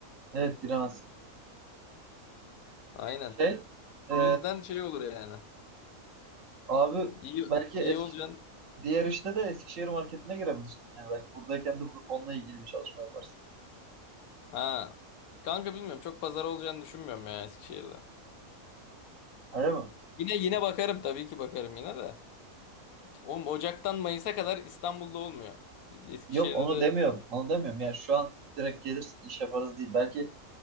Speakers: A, on the right; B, on the left.
A: evet giremezsin.
B: Aynen.
A: Şey, e,
B: Bu yüzden şey olur yani.
A: abi
B: İyi,
A: belki eski,
B: iyi olacaksın.
A: diğer işte de Eskişehir marketine girebilirsin. Yani belki buradayken de bu- onunla ilgili bir çalışma yaparsın.
B: Ha. Kanka bilmiyorum. Çok pazar olacağını düşünmüyorum ya Eskişehir'de.
A: Öyle mi?
B: Yine yine bakarım tabii ki bakarım yine de. Oğlum Ocak'tan Mayıs'a kadar İstanbul'da olmuyor. Eskişehir'de
A: Yok onu
B: de
A: demiyorum. Onu demiyorum. Yani şu an direkt gelirsin iş yaparız değil. Belki